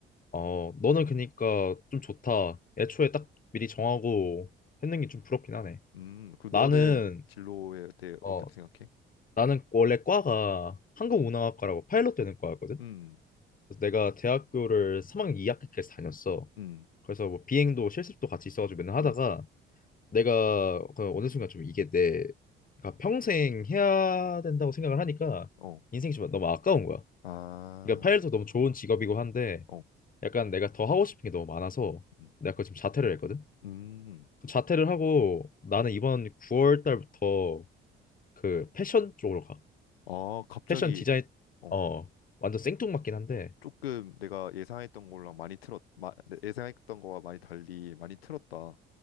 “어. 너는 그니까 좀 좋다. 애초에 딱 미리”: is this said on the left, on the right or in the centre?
Left